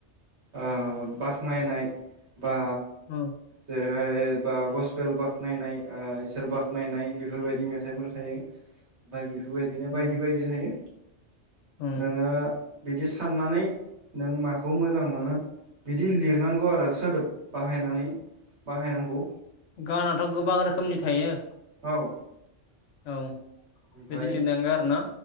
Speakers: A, on the right; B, on the left.
A: ओ बाख्नायनाय बा
B: औ
A: जेरै ओ बा गसबेल बाखनायनाय ओ इसोर बाखनायनाय बेफोरबायदि मेथाइफोर थायो दा बेफोरबायदिनो बायदि
B: औ
A: बायदि थायो
B: ओम
A: नोङो। बिदि साननानै नों माखौ मोजां मोनो। बिदि लिरनांगौ आरो सोदोब बाहायनानै बाहायनांगौ
B: गानाथ' गोबां रोखोमनि थायो
A: औ।
B: औ
A: ओमफ्राय
B: बिदि लिरनांगो आरो न'